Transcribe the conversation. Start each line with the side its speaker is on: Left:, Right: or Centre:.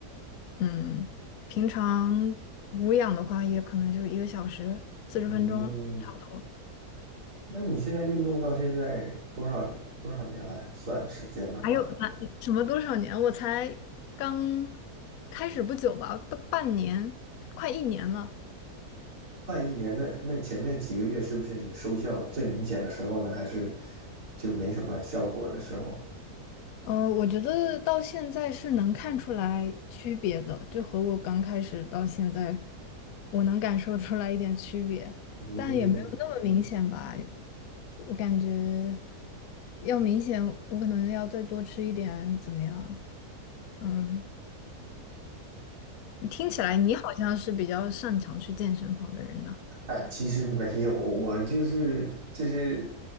Left: 嗯，平常无氧的话，也可能就一个小时四十分钟差不多。
Right: 嗯。那你现在运动到现在多少多少年了？算时间的话，
Left: 还有那什么多少年？我才刚开始不久吧，半半年，快一年了。
Right: 快一年。那那前面几个月是不是你收效最明显的时候呢？还是就没什么效果的时候？
Left: 呃，我觉得到现在是能看出来区别的，就和我刚开始到现在，我能感受出来一点区别，
Right: 嗯，
Left: 但也没有那么明显吧。我感觉要明显，我可能要再多吃一点，怎么样？嗯，听起来你好像是比较擅长去健身房的人呢。
Right: 哎，其实没有，我就是这些